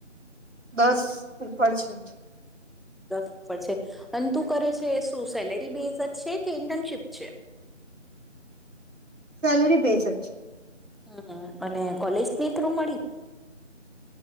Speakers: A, on the right (about 80°); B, in the centre.
A: દસ ઉપર છે.
B: દસ ઉપર છે. અને તું કરે છે શું સેલેરી બેઝ છે કે ઇન્ટર્નશીપ છે?
A: સેલરી બેઝ અજ છે.
B: હા અને કોલેજની થ્રુ મળી